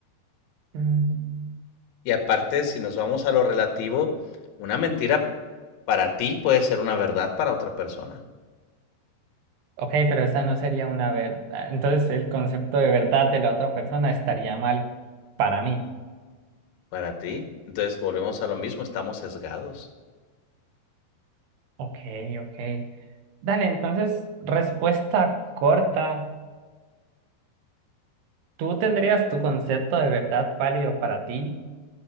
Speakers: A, on the right; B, on the left.
A: Mm,
B: Y aparte, si nos vamos a lo relativo, una mentira para ti puede ser una verdad para otra persona,
A: Ok, pero esa no sería una verdad. Entonces, el concepto de verdad de la otra persona estaría mal para mí.
B: para ti. Entonces volvemos a lo mismo, estamos sesgados.
A: Ok, ok. Dale, entonces, respuesta corta. Tú tendrías tu concepto de verdad válido para ti,